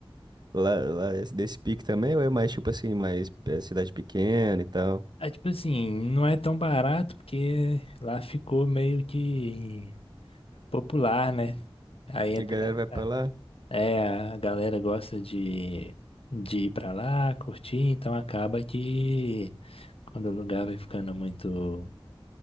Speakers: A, on the right; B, on the left.
A: Lá, lá é desse pique também, ou é mais tipo assim, mais é, cidade pequena e tal?
B: é tipo assim, não é tão barato porque lá ficou meio que popular, né? Aí entra,
A: E a galera
B: né?
A: vai pra lá?
B: É, é, a galera gosta de, de ir pra lá, curtir, então acaba que quando o lugar vai ficando muito.